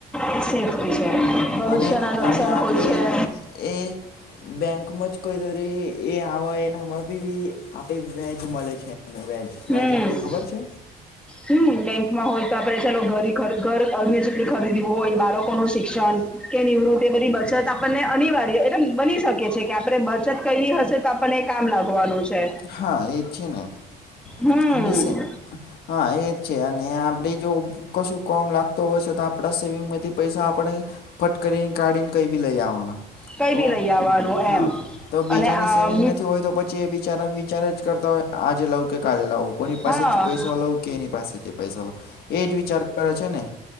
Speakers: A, in the centre; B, on the left.
A: <unintelligible> કરી છે. ભવિષ્યના
B: અને
A: લક્ષણ
B: અને આપણે
A: હોય છે.
B: એ બેંકમાં જ કોઈ એ આવે એનામાં બી આપે વેજ મળે છે વેજ
A: હમ
B: વેજ એટલે ખબર છે
A: હમ બેંકમાં હોય તો આપડે ચાલો ઘરે ઘર અ્ય સુટી ખરીદીવું હોય બાળકો નું શિક્ષણ કે નિવૃત્ત એ બધી બચત આપણને અનિવાર્ય એટલે બની શકે છે કે આપણે બચત કરલી હશે તોઞઆપણને કામ લાગવાનું છે.
B: હા એ જ છે ને,
A: હમ
B: હની સે હા એ જ છે અને આપણે જો કશું કામ લાગે હોય છે તો આપણા સેવિંગમાંથી પૈસા આપણે, ફટ કરીને કાઢીને કઈ બી લઈ આવના.
A: કઈ
B: તો
A: બી લઈ આવવાનું
B: હા
A: એમ
B: તો બીજાની
A: અને આ
B: સેવિંગ નથી હોય તો પછી એ બિચારા વિચાર જ કરતા હોય આજે લાવું કે કાલે લાવું. કોની
A: હા
B: પાસેથી પૈસા લઉં કે એની પાસેથી પૈસા લઉં, એ જ વિચાર કરે છે ને?